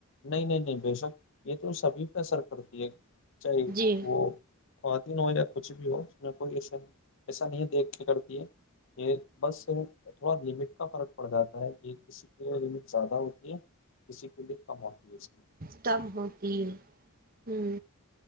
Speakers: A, on the left; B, on the right.
A: نہیں نہیں نہیں بے شک یہ تو سبھی ک سر پڑتی ہے چاہ
B: جی
A: وہ خواتین ہو یا کچھ بھی ہو اس میں کوئی ایا ایسا نہیں دیکھ کرتی ہے یہ بس تھوڑا لمٹ کا فرق پڑ جاتا ہے یہ کسی کے لمٹ زیادہ ہو یہ کسی کے لیے کم ہوتی ہے اس کی
B: استم ہوتی ہے ہوں